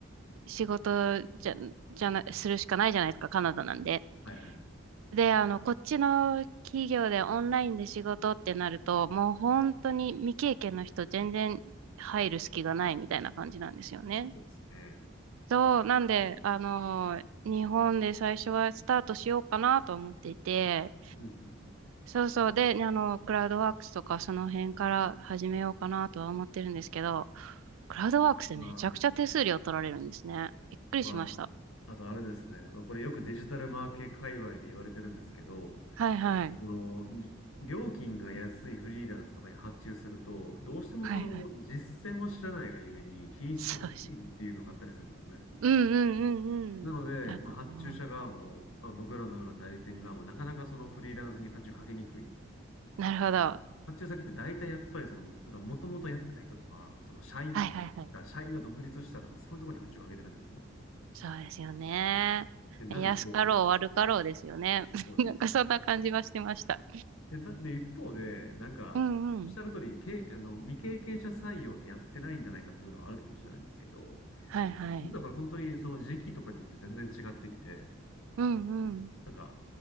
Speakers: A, on the right; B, on the left.
A: 仕事じゃ、じゃな、するしかないじゃないですか、カナダなんで。
B: はいはい。
A: で、あの、こっちの企業でオンラインで仕事ってなると、もう本当に未経験の人全然入る隙がないみたいな感じなんですよね。
B: そうですね。
A: そう、なんで、あの、日本で最初はスタートしようかなと思っていて、
B: うんうんうん。
A: そうそう。で、あの、クラウドワークスとかその辺から始めようかなとは思ってるんですけど、クラウドワークスでめちゃくちゃ手数料取られるんですね。
B: まあ、
A: びっくりしました。
B: まあ、あとあれですね。これよくデジタルマーケ界隈で言われてるんですけど、
A: はいはい。
B: その、ぎ料金が安いフリーランスとかに発注すると、どうしてもその実践を知らないがゆえに品質が低いっていうのがあったりするんですね。
A: はいはい。そうです。うんうんうんうん。
B: なので、
A: だと思う。
B: まあ、発注者側も、まあ、僕らのような代理店側も、なかなかそのフリーランスに発注かけにくい。
A: なるほど。は
B: 発注先って大体やっぱりその、もともとやってた人とか、その社員が、
A: いはいはい。
B: 社員が独立したとか、そういうところに発注をかけてるんですよ。っ
A: そうですよね。
B: てなると、
A: 安かろう悪かろうですよね。<laughs>
B: そうなんですよね
A: なんかそんな感じはしてました。
B: で、な、で、一方で、なんか、
A: うんうん。
B: おっしゃる通り、け、あの、未経験者採用ってやってないんじゃないかっていうのはあるかもしれないんですけど、
A: はいはい。
B: 実はこれ本当にその時期とかによって全然違ってきて、
A: うんうん。
B: なんか、